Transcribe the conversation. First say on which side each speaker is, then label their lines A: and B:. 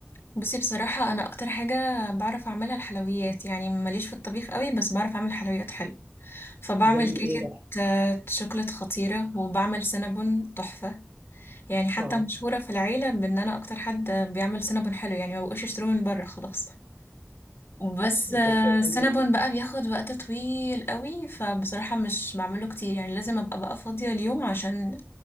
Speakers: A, on the left; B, on the right.
A: بصي بصراحة انا اكتر حاجة بعرف اعملها الحلويات يعني ماليش في الطبيخ قوي بس بعرف اعمل حلويات حلو فبعمل
B: زي
A: كيكة
B: ايه بقى
A: آه، شوكولات خطيرة وبعمل سينابون تحفة يعني حتى
B: اه
A: مشهورة في العيلة بان انا اكتر حد بيعمل سينابون حلو يعني ما بقوش يشتروه من بره خلاص بس آه،
B: دي حاجه
A: السينابون
B: جميله
A: بقى بياخد وقت طويل قوي فبصراحة مش بعمله كتير يعني لازم ابقى بقى فاضية اليوم عشان